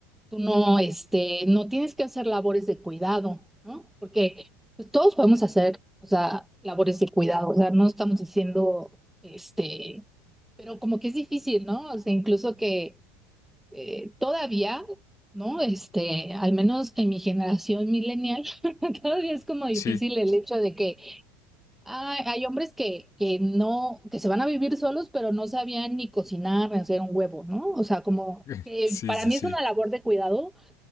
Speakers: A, in the centre; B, on the left.
A: Tú no, este, no tienes que hacer labores de cuidado, ¿no? Porque pues, todos podemos hacer, o sea, labores de cuidado, o sea, no estamos diciendo, este, pero como que es difícil, ¿no? O sea, incluso que eh, todavía, ¿no? Este, al menos en mi generación millennial, <laughs> todavía es como difícil
B: Sí,
A: el hecho de que ah, hay hombres que, que no, que se van a vivir solos, pero no sabían ni cocinar, ni hacer un huevo, ¿no? O sea, como
B: <laughs>
A: que
B: sí,
A: para
B: sí,
A: mí
B: sí.
A: es una labor de cuidado